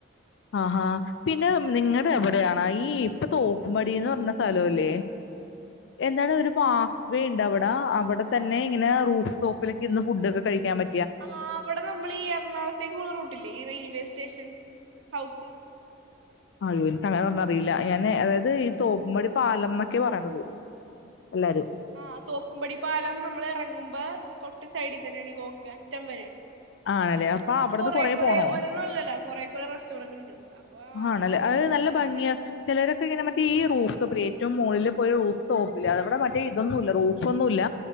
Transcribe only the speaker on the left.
ആഹാ പിന്നെ നിങ്ങടെ അവിടെയണ ഈ ഇപ്പൊ തോപ്പുംപടിന്ന് പറഞ്ഞ സ്ഥലല്ലേ എന്താണ് ഒരു പാസ്സ്‌വേ ഉണ്ട് അവിടെ അവിടെ തന്നെ ഇങ്ങനെ റൂഫ് ടോപ്പിലൊക്കെ ഇരുന്ന ഫുഡൊക്കെ കഴിക്കാൻ പ
അയ്യോ എനിക്ക് അങ്ങനെ പറഞ്ഞറിയില്ല ഞാന് അതായത് ഈ തോപ്പുംമ്പടി പാലം എന്നൊക്കെ പറയണത് എല്ലാരും.
ആണല്ലേ അപ്പൊ അവിടുന്ന്
കൊറേ
പോണോ
ആണല്ലേ
അത്
നല്ല ഭംഗിയ
ചിലരൊക്കെ ഇങ്ങനെ മറ്റേ ഈ റൂഫ്‌റ്റോപ്പിലെ ഏറ്റവും മോളിൽപോയി റൂഫ്ടോപ്പില്ലേ അവിടെ മറ്റേ ഇതൊന്നുമല്ല റൂഫ്ന്നുമല്ല